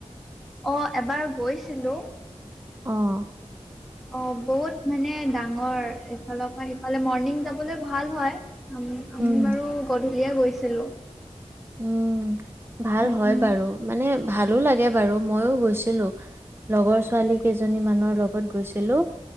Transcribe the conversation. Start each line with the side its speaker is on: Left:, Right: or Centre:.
Centre: অ এবাৰ গৈছিলো
Right: আহ
Centre: অ বহুত মানে ডাঙৰ এইফালৰ পৰা সিফালে মৰ্ণিং যাবলৈ ভাল হয় ম
Right: উম,
Centre: আমি বাৰু গ- দুলিয়া গৈছিলো
Right: উম ভাল
Centre: উম
Right: হয়
Centre: উম
Right: বাৰু মানে ভালো লাগে বাৰু মইও গৈছিলো। লগৰ ছোৱালী কেইজনী মানৰ লগত গৈছিলো।